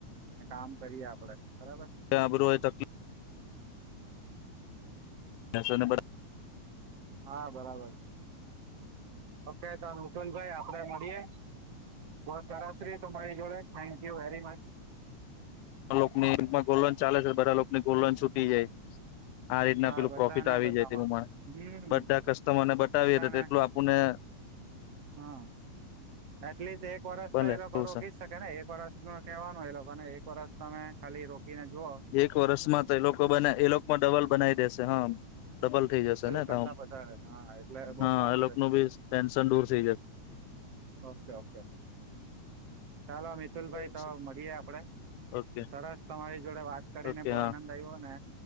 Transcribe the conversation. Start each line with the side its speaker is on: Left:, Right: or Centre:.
Right: અને કામ કરીએ આપડે. બરાબર
Left: આબરો એ તકલી <unintelligible>
Right: હા બરાબર. પક ત નુંટલ ભાઈ આપડે મળીએ. બઉ સરસ રહ્યુ તમારી જોડે થેન્કયુ વેરી મચ.
Left: આ લોક ને નીમાં ગોલન ચાલે છે બધા લોકોની ગોલન છૂટી જાય. આ રીતના
Right: હા
Left: પેલું
Right: બધાને
Left: પ્રોફિટ આવી
Right: બતાવવાનું
Left: જાય તેનું
Right: હમ
Left: બધા કસ્ટમરને બતાવીએ
Right: બધાને
Left: તો તેટલું આપુને.
Right: હા. એટલીસ્ટ એક વર્ષ
Left: ભલે
Right: તો એ લોકો
Left: એવું
Right: રોકી જ શકે ને એક વર્ષ ન કહેવાનું એ લોકોને એક વર્ષ તમે ખાલી રોકી. ને જોઓ.
Left: એક વર્ષમાં તો એ લોકો બને એ લોકોમાં ડબલ બનાવી દેશે હા. ડબલ થઈ જશે ને
Right: કરતા
Left: તો
Right: વધારે હા એટલે બહુ
Left: હા
Right: સારું
Left: એ લોકોનું
Right: રે
Left: બી ટેન્શન દૂર થઈ જાય.
Right: ઓકે ઓકે ચાલો મિતુલભાઈ
Left: જશે
Right: તો મળીએે આપડે
Left: ઓકે
Right: સરસ તમારી જોડે વાત કરીને
Left: ઓકે
Right: બહું
Left: હા
Right: આનંદ આવ્યો ને